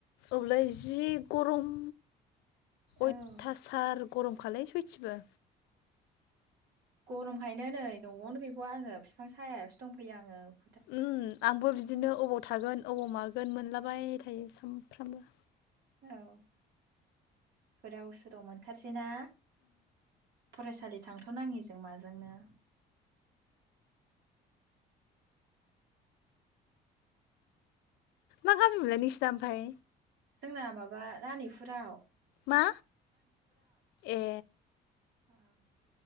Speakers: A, on the left (about 85°); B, on the right (about 75°).
A: औलै जि गरम अयथासार
B: औ
A: गरम खालै सयथिबो।
B: गरमखायनो नै न'आवनो गैबावा आङो बिफां सायायावसो दंफैयो आ
A: ओम आंबो बिदिनो अबाव थागोन अबाव मा गोन मोनलाबाय थायो सानफ्रामबो
B: औ गोदाव सोराव मोनथार सैना फरायसालि थांथ' नाङिजों जों माजोंनो
A: मा गामि मोनलाय नोंसिना ओमफाय?
B: जोंना माबा रानिपुरा
A: मा ए।
B: औ